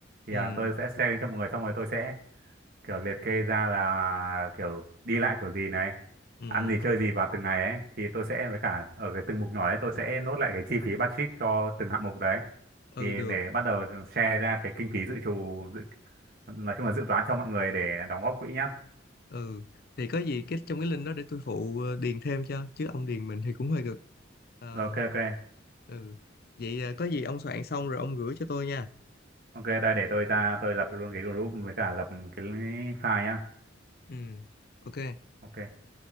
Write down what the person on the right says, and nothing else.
thì
à, tôi sẽ share link cho mọi người xong rồi tôi sẽ kiểu liệt kê ra là kiểu đi lại kiểu gì này
ăn gì chơi gì vào từng ngày ấy thì tôi sẽ với cả ở cái từng mục nhỏ ấy tôi sẽ nốt lại cái chi phí budget cho từng hạng mục đấy
thì
để bắt đầu share ra cái kinh phí dự trù dự, nói chung là dự toán cho mọi người để đóng góp quỹ nhá
rồi ok ok
ok đây để tôi ra tôi lập luôn cái group với cả lập cái file nhá
ok